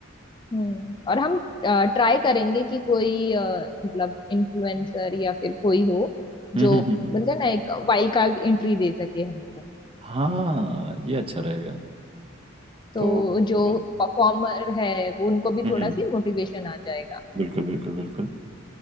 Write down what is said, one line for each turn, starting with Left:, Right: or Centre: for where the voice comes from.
Left: हम्म और हम ट्राई करेंगे कि कोई अ, मतलब इन्फ्लुएंसर या फिर कोई हो
Right: है
Left: जो
Right: हम्म हम्म हम्म हम्म।
Left: बोलते हैं ना एक वाइल्ड कार्ड एंट्री दे सके हमको
Right: हाँ ये अच्छा रहेगा
Left: तो
Right: तो हम्म
Left: जो परफॉर्मर है वो उनको भी
Right: हम्म,
Left: थोड़ा सी मोटिवेशन आ जाएगा
Right: बिल्कुल बिल्कुल बिल्कुल